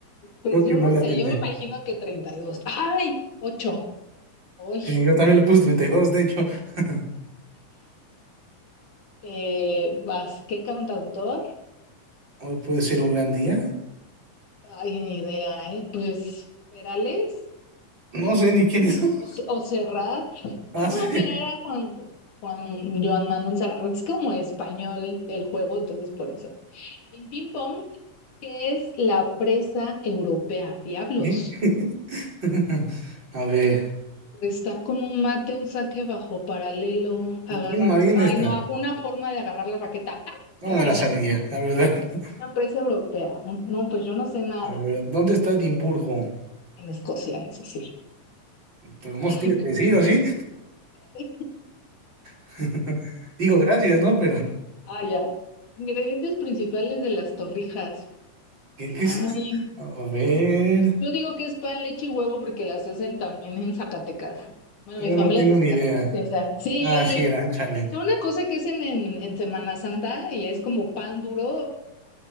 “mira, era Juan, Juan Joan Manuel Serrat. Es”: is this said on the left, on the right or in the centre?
Left